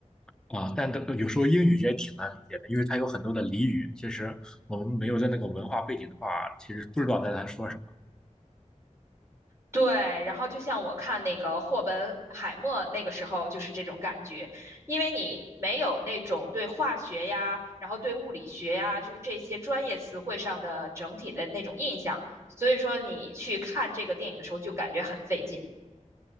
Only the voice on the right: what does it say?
对，然后就像我看那个霍本海默那个时候就是这种感觉，因为你没有那种对化学呀，然后对物理学呀，就是这些专业词汇上的整体的那种印象，所以说你去看这个电影的时候就感觉很费劲。